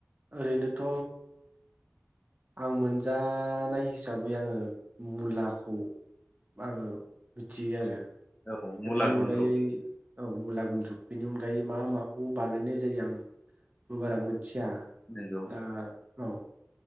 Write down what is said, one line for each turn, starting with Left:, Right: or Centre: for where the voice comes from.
Right: ओरैनोथ' आं मोनजानाय हिसाबै आङो मुलाखौ आङो मिथियो आरो
Left: औ
Right: दा
Left: मुला
Right: बेनि अनगायै
Left: गुन्द्रु
Right: औ मुला ला गुन्द्रुग बेनि अनगायै मा माखौ बानायनाय जायो आं बो बारा मिथिया
Left: नंगौ
Right: दा औ